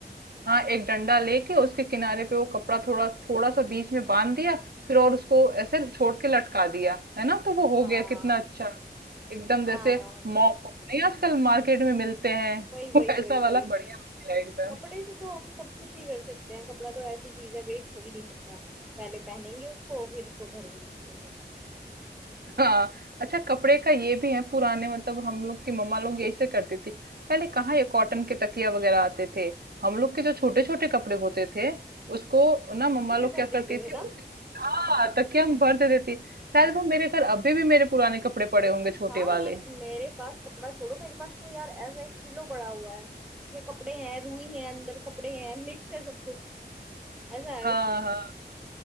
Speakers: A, on the right (about 60°); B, in the centre.
A: हाँ एक डंडा लेके उसके किनारे पे वो कपड़ा थोड़ा थोड़ा सा बीच में बांध दिया फिर और उसको ऐसे छोड़ के लटका दिया है ना तो वो
B: हाँ
A: हो गया कितना अच्छा एकदम जैसे
B: हाँ
A: मॉप नहीं आजकल मार्केट में मिलते हैं
B: वही वही
A: <laughs> वैसा
B: वही
A: वाला
B: वही
A: बढ़िया
B: वही
A: हो गया एकदम
B: कपड़े से तो हम सब कुछ ही कर सकते हैं कपड़ा तो ऐसी चीज है वेस्ट हो ही नहीं सकता पहले पहनेंगे उसको फिर उसको घर में यूज कर लेंगे
A: हाँ अच्छा कपड़े का ये भी है पुराने मतलब हम लोग की मम्मा लोग ऐसे करती थी पहले कहाँ ये कॉटन के तकिया वगैरह आते थे हम लोग के जो छोटे छोटे कपड़े होते थे उसको ना
B: तकिए
A: मम्मा लोग
B: में भर
A: क्या
B: देते
A: करती थी
B: थे ना
A: उसे हाँ तकिया हम भर दे देती थी। शायद वो मेरे घर अभी भी मेरे पुराने कपड़े पड़े होंगे छोटे
B: हाँ
A: वाले
B: मेरे मेरे पास कपड़ा छोड़ो मेरे पास तो यार ऐसा एक पिलो पड़ा हुआ है उसमें कपड़े हैं रुई है अंदर कपड़े हैं मिक्स है सब कुछ ऐसा है
A: हाँ
B: उसमें
A: हाँ